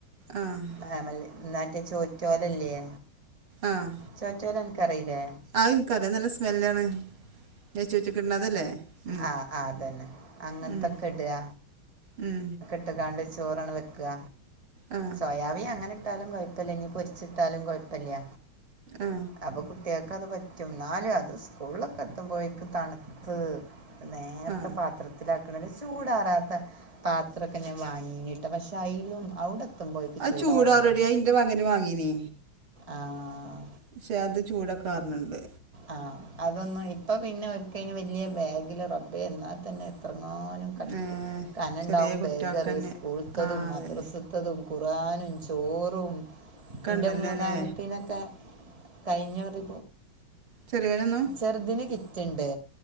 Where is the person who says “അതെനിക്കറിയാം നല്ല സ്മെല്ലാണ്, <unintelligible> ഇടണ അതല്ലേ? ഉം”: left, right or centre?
Right